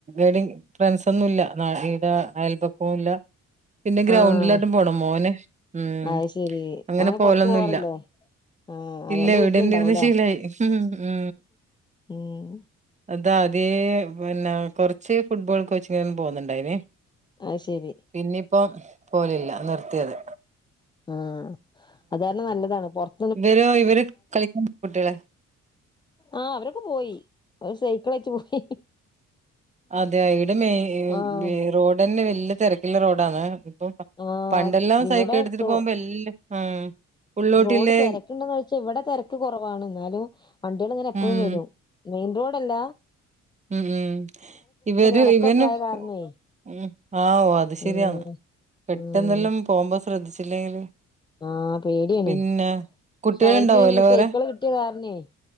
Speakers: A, on the right; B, on the left.
A: ഇഡിങ് ഫ്രണ്ട്സ് ഒന്നൂല്ല ഈടെ. അയൽപക്കവവും ഇല്ല? പിന്നെ ഗ്രൗണ്ടിലെല്ലം
B: ആഹ്
A: പോണം മോന് ഉം
B: അത് ശെരി
A: അങ്ങനെ പോലൊന്നുമല്ല.
B: പൊറത്ത് പോവാറില്ലേ ആഹ് അതുകൊണ്ട്
A: ഇല്ല ഇവിടന്നെ
B: വീട്ടിലുണ്ടാവൂലേ
A: ഇരുന്ന് ശീലായി ഉ ഉ.
B: ഉം
A: അത് ആദ്യ പിന്നെ കുറച്ച് ഫുട്ബോൾ കോച്ചിങ്ങും പോകുന്നുണ്ടായിന്.
B: ആത്. ശരി
A: പിന്നയിപ്പം പോവലില്ല നിർത്തിയത്.
B: ആ അത് കാരണം നല്ലതാണ് പൊറ-
A: ഇവരെ ഇവര് കളിക്കാൻ കൂട്ടില്ല.
B: ആഹ അവരൊക്കെ പോയി അവര് സൈക്കിൾ എയിററ് പോയി.
A: അതെ ഇവിടെ മെയി
B: ആഹ്
A: റോഡ് തന്നെ വലിയ തിരക്കുള്ള റോഡാണ്. അപ്പം
B: ആഹ്
A: പണ്ടെല്ലാം സൈക്കിൾ
B: ഇവിടെ
A: എടുത്തിട്ട്
B: റോ
A: പോകുമ്പോ എല്ലാം ഉം. ഉള്ളോട്ടില്ലേ
B: റോഡ് തിരക്കുണ്ടന്ന് ചോയ്ച്ചാ ഇവിടെ തിരക്ക് കുറവാണ് എന്നാലും വണ്ടികളിങ്ങനെ എപ്പഴും
A: ഉം
B: വരും. മെയിൻ റോഡ് അല്ല.
A: ഉം ഉം ഇവര്
B: എറക്കൊക്കെ
A: ഇവന്പോ.
B: ആയ കാരണേ
A: ഉം ആവ് അത് ശരിയാണ്
B: ഉം
A: പെട്ടെന്നെല്ലാം
B: ഉം
A: പോകുമ്പോ ശ്രദ്ധിച്ചില്ലെങ്കില്-
B: ആ പേടിയാണ്
A: പിന്നെ
B: പക്ഷെ
A: കുട്ടികളുണ്ടാവുംല്ലേ
B: അവർക്കി
A: വേറെ
B: സൈക്കിള് കിട്ടിയ കാരണേ.